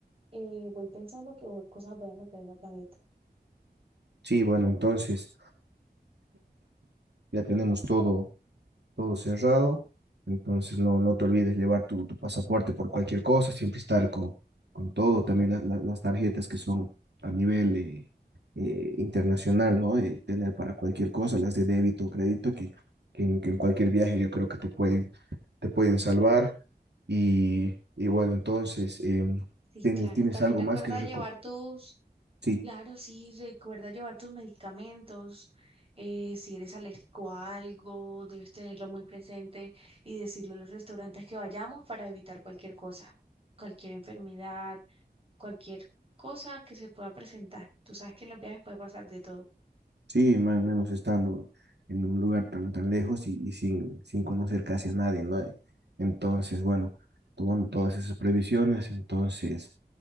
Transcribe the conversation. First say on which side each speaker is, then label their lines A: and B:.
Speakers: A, on the right; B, on the right.
A: eh, voy pensando qué cosas voy a meter en la tableta.
B: Sí, bueno, entonces... Ya tenemos todo, todo cerrado. Entonces no, no te olvides llevar tu, tu pasaporte por cualquier cosa, siempre estar con, con todo, también las, las- las tarjetas que son a nivel eh, eh, internacional, ¿no? Eh, tener para cualquier cosa, las de débito o crédito, que, que en, que en cualquier viaje yo creo que te pueden, te pueden salvar. Y, y bueno, entonces, em,
A: Sí,
B: ¿tienes,
A: claro,
B: tienes
A: también
B: algo
A: recuerda
B: más que recomendar?
A: llevar tus...
B: Sí.
A: Claro, sí, recuerda llevar tus medicamentos. eh, si eres alérgico a algo, debes tenerlo muy presente y decirle a los restaurantes que vayamos para evitar cualquier cosa, cualquier enfermedad, cualquier cosa que se pueda presentar. Tú sabes que en los viajes puede pasar de todo.
B: Sí, más menos estando en un lugar tan, tan lejos y, y sin, sin conocer casi a nadie, ¿no? Eh, Entonces, bueno, tomando todas esas previsiones, entonces